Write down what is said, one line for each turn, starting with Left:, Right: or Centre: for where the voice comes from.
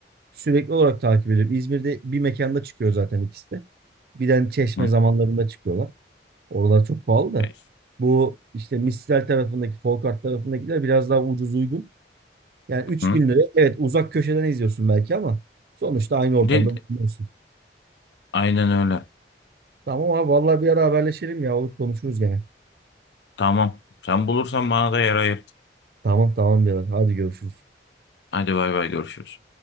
Right: Sürekli olarak takip ediyorum. İzmir'de bir mekanda çıkıyor zaten ikisi de. Bir de hani Çeşme
Left: Hı?
Right: zamanlarında çıkıyorlar. Oralar çok pahalı da.
Left: E,
Right: Bu işte Mistral tarafındaki, Folkart tarafındakiler biraz daha ucuz uygun. Yani üç
Left: Hı?
Right: bin lira. Evet uzak köşeden izliyorsun belki ama sonuçta aynı ortamda
Left: Değil-
Right: bulunuyorsun.
Left: Aynen öyle.
Right: Tamam abi vallahi bir ara haberleşelim ya. Olur konuşuruz gene.
Left: Tamam. Sen bulursan bana da yer ayırt.
Right: Tamam tamam birader. Hadi görüşürüz.
Left: Hadi bay bay görüşürüz.